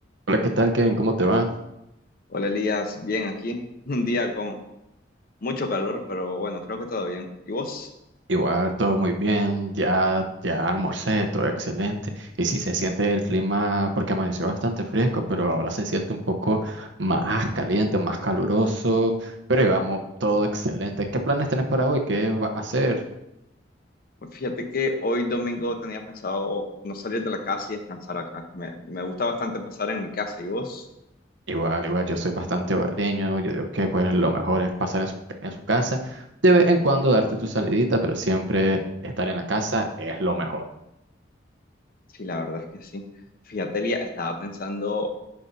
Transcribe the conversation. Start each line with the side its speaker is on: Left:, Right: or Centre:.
Right: Hola, ¿qué tal, Kevin? ¿Cómo te va?
Left: Hola Elías, bien aquí. <laughs> Un día con mucho calor, pero bueno, creo que todo bien. ¿Y vos?
Right: Igual, todo muy bien, ya, ya almorcé, todo excelente. Y sí, se siente el clima, porque amaneció bastante fresco, pero ahora se siente un poco más caliente, más caluroso, pero vamos, todo excelente. ¿Qué planes tenés para hoy? ¿Qué vas a hacer?
Left: Pues fíjate que hoy domingo tenía pensado no salir de la casa y descansar acá. Me, me gusta bastante pasar en mi casa. ¿Y vos?
Right: Igual, igual, yo soy bastante hogareño, yo digo que pues lo mejor es pasar en su, en su casa, de vez en cuando darte tu salidita, pero siempre estar en la casa es lo mejor.
Left: Sí, la verdad es que sí. Fíjate, Elías, estaba pensando